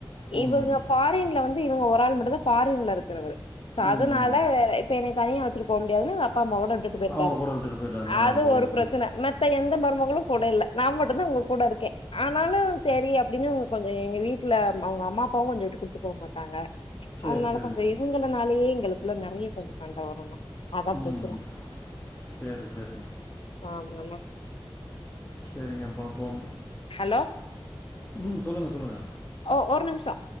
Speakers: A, on the left; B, on the left.
A: ம்
B: இவுங்க
A: ம்
B: ஃபாரின்ல வந்து இவுங்க ஒரு ஆள் மட்டு தா ஃபாரின்ல இருக்றவரு ச அதனால
A: ம் ம்
B: வேரே இப்ப என்னை தனியா வச்சிட்டு போ முடியாதுனு அப் ப்பா மவுன விட்டுட்டு போய்ர்க்காரு
A: அவங்க கூட விட்டுட்டு போயிட்டாங்க ஆ
B: அது
A: புரியுது
B: ஒரு ப்ரச்சன
A: புரியுது
B: மத் த்த எந்த மருமகளு கூட இல்ல நா மட்டுன்தா உங்க கூட இருக்கே ஆனாலு சேரி அப்டின்னு கொஞ்சு எங்க வீட்ல அம் அவ்ங் அம்மா அப்பாவு கொஞ்சு விட்டு குடுத்து போ மாட்டாங்க
A: சரி
B: அன்னால
A: சரிங்க
B: கொஞ்சு இவுங்களனாலயே எங்களுக்குள்ள நறைய கொஞ்சு சண்ட வருண்ணா அதா
A: ம்
B: ப்ரச்சன
A: சரி சரிங்க
B: ஆமால
A: சேரிங்க பாப்போம்
B: ஹலோ
A: ம் சொல்லுங்க சொல்லுங்க
B: ஓ ஒர் நிம்ஷோ